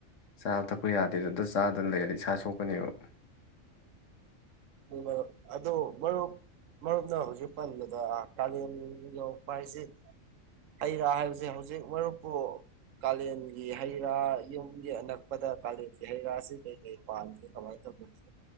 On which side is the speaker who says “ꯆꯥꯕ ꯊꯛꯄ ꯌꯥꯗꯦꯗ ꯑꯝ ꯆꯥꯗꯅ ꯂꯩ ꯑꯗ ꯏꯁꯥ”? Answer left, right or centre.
Left